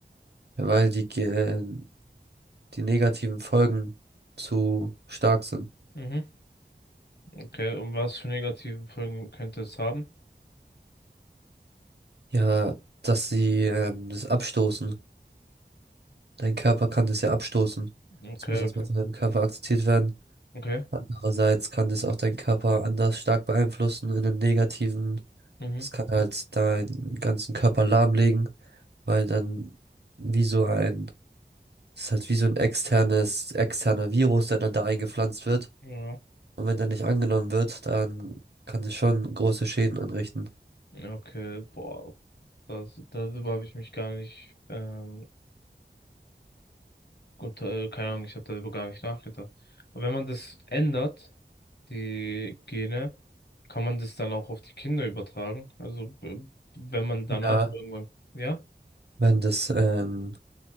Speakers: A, on the right; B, on the left.
A: weil die, Ge- die negativen Folgen zu stark sind.
B: Mhm. Okay, und was für negative Folgen könnte es haben?
A: Ja, dass sie ähm, das abstoßen. Dein Körper kann das ja abstoßen.
B: Okay,
A: Das muss erstmal
B: okay,
A: von deinem Körper akzeptiert werden.
B: okay.
A: Andererseits kann das auch deinen Körper anders stark beeinflussen in den negativen.
B: Mhm.
A: Das kann halt deinen ganzen Körper lahmlegen, weil dann wie so ein, das ist halt wie so ein externes, externer Virus, der dann da eingepflanzt wird.
B: Ja.
A: Und wenn der nicht angenommen wird, dann kann es schon große Schäden anrichten.
B: Ja, Okay, boah. Das, darüber habe ich mich gar nicht, ähm, unter, äh, keine Ahnung, ich habe darüber gar nicht nachgedacht. Aber wenn man das ändert, die Gene, kann man das dann auch auf die Kinder übertragen? Also, b- wenn man danach
A: Ja.
B: irgendwann, ja?
A: Wenn das ähm,